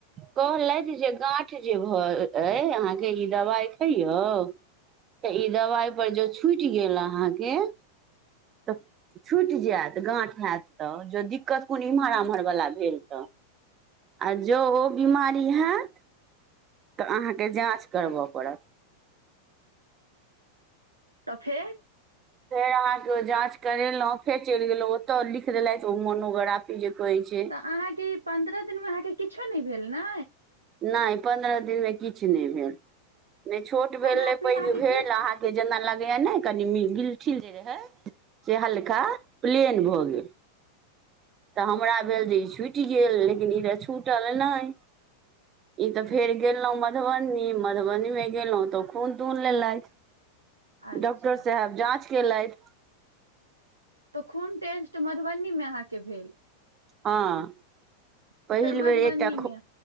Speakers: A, on the right; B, on the right.
A: कहलथि जे गाठ जे भ अइ अहाँके ई दबाइ खइयौ तऽ ई दबाइपर ज छूटि गेल अहाँके तऽ छुटि जायत गांठ होयत तऽ जँ दिक्कत कोनो इम्हर उम्हर वला भेल तऽ आ जँ ओ बिमारी हैत तऽ अहाँके जाँच करबय पड़त
B: तऽ फेर
A: फेर अहाँके जाँच करेलहुं फेर चलि गेलहुँ ओतय लिख देलथि ओ मोनोग्राफी जे कहै छै
B: तऽ अहाँके पन्द्रह दिनमे अहाँके किछो नहि भेल ने
A: नहि पन्द्रह दिन मे किछु नहि भेल नहि छोट
B: सोनोग्राफी
A: भेल ने पैघ
B: अहाँके
A: भेल
B: के
A: अहा के जेना लगेया ने कनि मि गीलठील जे रहे से हल्का प्लेन भऽ गेल तऽ हमरा
B: अच्छा
A: भेल जे ई छुटि गेल लेकिन ई त छूटल नहि ई तऽ
B: अच्छा
A: फेर गेलहुँं मधुबनी मधुबनी मे गेल तऽ खून तून लेलथि
B: अच्छा
A: डॉक्टर साहब जाँच केेलाथ
B: तऽ खून टेस्ट मधुबनीमे अहाँके भेल
A: हँ पहिल
B: तऽ फेर
A: बेर
B: मधुबनी
A: एकटा खुन
B: मे